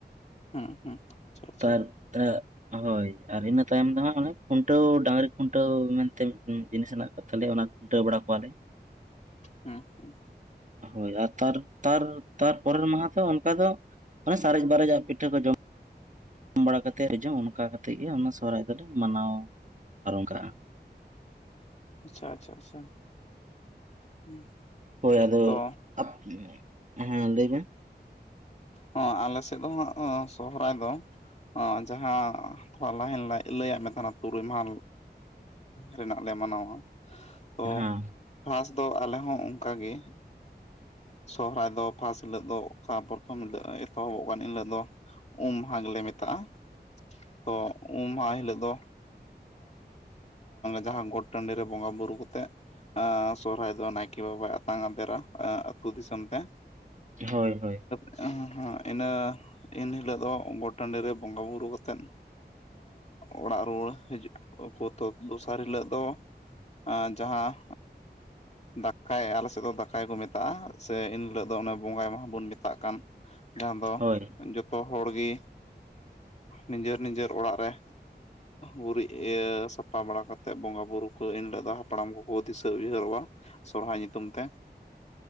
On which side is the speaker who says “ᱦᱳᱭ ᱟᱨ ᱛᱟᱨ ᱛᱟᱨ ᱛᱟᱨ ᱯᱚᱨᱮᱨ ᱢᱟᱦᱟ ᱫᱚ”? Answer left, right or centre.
Right